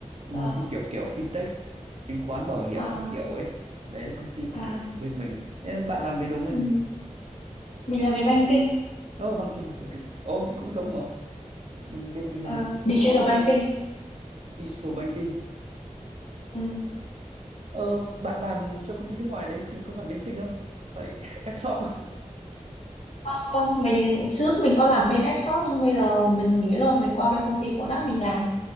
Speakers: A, on the right; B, on the left.
A: Ừ,
B: Ờ,
A: phi kiểu kiểu fintech, chứng khoán bảo hiểm
B: à,
A: các kiểu ấy. Đấy là công ty
B: à,
A: của bên mình. Thế bạn làm về domain
B: ừ.
A: gì?
B: Mình làm về banking,
A: Ồ, oh, banking, ok. Ồ, oh, thế cũng giống mà. Mình bên mình
B: Ờ,
A: là một công ty
B: digital
A: con
B: banking.
A: cho digital banking.
B: Ừ.
A: Ờ, bạn làm cho công ty nước ngoài đấy thì có phải bên Sinh không? Có phải <laughs> F-shop không?
B: Không, không, mình trước mình có làm bên app shop nhưng bây giờ mình nghỉ rồi, mình qua bên công ty product mình làm.